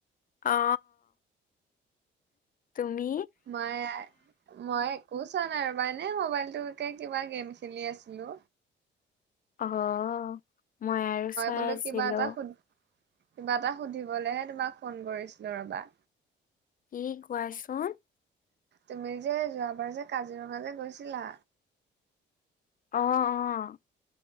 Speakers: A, on the left; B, on the right.
A: অ তুমি
B: মাইয়া মই একো চোৱা নাই ৰ'বা এনে মোবাইলটোকে কিবা গেম খেলি আছিলো।
A: অহ মই আৰু চাই
B: বোলো
A: আছিলো।
B: কিবা এটা সুধ কিবা এটা সুধিবলেহে তোমাক ফোন কৰিছিলো ৰবা।
A: কি কোৱাচোন
B: তুমি যে যোৱাবাৰ যে কাজিৰঙালে যে গৈছিলা।
A: অ অ